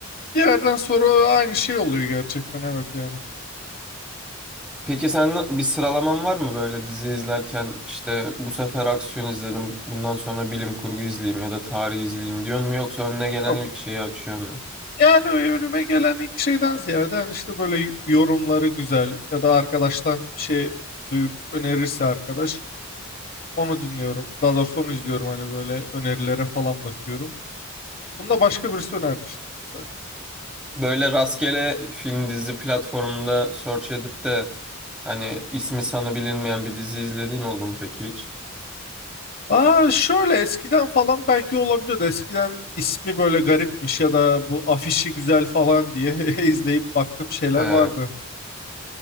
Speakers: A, on the left; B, in the centre.
A: Bir yerden sonra aynı şey oluyor gerçekten evet yani.
B: Peki sen bir sıralaman var mı böyle dizi izlerken işte bu sefer aksiyon izledim, bundan sonra bilim kurgu izleyeyim ya da tarih izleyeyim diyor mu yoksa önüne gelen
A: Yok.
B: ilk şeyi açıyor mu?
A: Yani önüme gelen ilk şeyden ziyade hani işte böyle yorumları güzel ya da arkadaştan bir şey duyur, önerirse arkadaş onu dinliyorum. Daha doğrusu onu izliyorum hani böyle önerilere falan bakıyorum. Bunu da başka birisi önermişti zaten.
B: Böyle rastgele film dizi platformunda search edip de hani ismi sanı bilinmeyen bir dizi izlediğin oldu mu peki hiç?
A: Aa şöyle eskiden falan belki olabiliyordu. Eskiden ismi böyle garipmiş ya da bu afişi güzel falan diye <laughs> izleyip baktığım şeyler
B: Ee,
A: vardı.